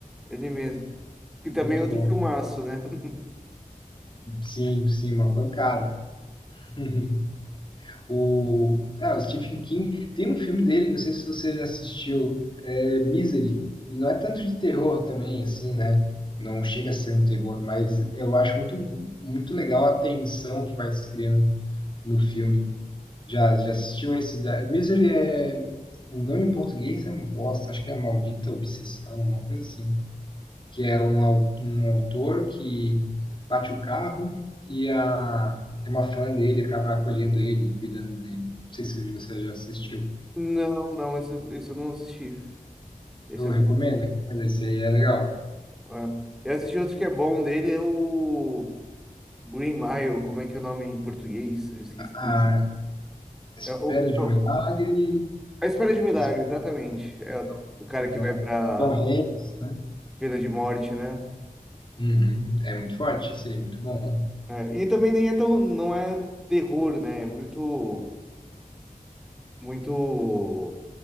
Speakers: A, in the centre; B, on the left.
A: Ele mesmo. Que
B: Muito
A: também é outro
B: bom.
A: filmaço, né? <laughs>
B: Sim, sim, uma pancada. <laughs> O, ah, o Stephen King tem um filme dele, não sei se você já assistiu, é, Misery, e não é tanto de terror também, assim, né? Não chega a ser um terror, mas eu acho muito, muito legal a tensão que vai se criando no filme. Já, já assistiu esse da... Misery é... O nome em português é um bosta, acho que é Maldita Obsessão, uma coisa assim. Que é um, au- um autor que bate o carro e a, e uma fã dele acaba acolhendo ele e cuidando dele. Não sei se você já assistiu.
A: Não, não, esse, eu- esse eu não assisti. Esse
B: Eu recomendo,
A: eu
B: recomendo, esse aí é legal.
A: não. é. Eu assisti outro que é bom dele, é o Green Mile, como é que é o nome em português? Eu esqueci.
B: A Espera
A: É o,
B: de
A: é
B: um
A: o-
B: milagre,
A: A Espera de um Milagre,
B: mas-
A: exatamente. É o, o cara
B: né?
A: que vai pra
B: Tom Hanks, né?
A: pena de morte, né?
B: Uhum, É muito forte, isso aí, muito bom.
A: É, E também nem é tão, não é terror, né? É muito. muito.